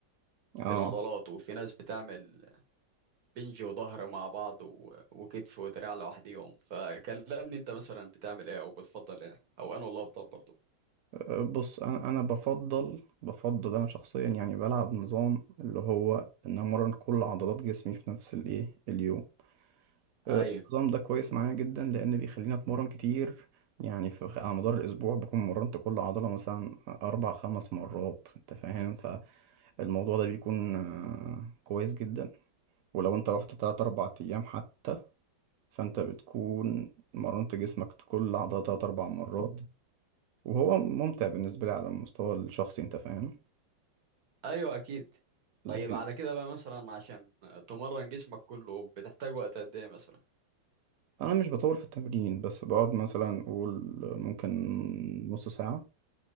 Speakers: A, on the right (about 80°); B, on the right (about 55°).
A: اه
B: للعضلات وفي ناس بتعمل بنج وظهر مع بعض و... وكتف ودراع لوحديهم فكلمني انت مثلا بتعمل ايه او بتفضل ايه او انا والله بفضل برضه
A: بص انا انا بفضل بفضل انا شخصيا يعني بلعب نظام اللي هو ان امرن كل عضلات جسمي في نفس الايه اليوم آه،
B: ايوه
A: النظام ده كويس معايا جدا لان بيخليني اتمرن كتير يعني في على مدار الاسبوع بكون مرنت كل عضله مثلا اربع خمس مرات انت فاهم فالموضوع ده بيكون آه، كويس جدا ولو انت رحت تلات أربع أيام حتى فانت بتكون مرنت جسمك كل عضلة تلات أربع مرات مم. وهو ممتع بالنسبة لي على المستوى الشخصي انت فاهم
B: ايوه اكيد
A: لكن
B: طيب على كده بقى مثلا عشان تمرن جسمك كله بتحتاج وقت قد ايه مثلا
A: أنا مش بطول في التمرين بس بقعد مثلا أقول ممكن نص ساعة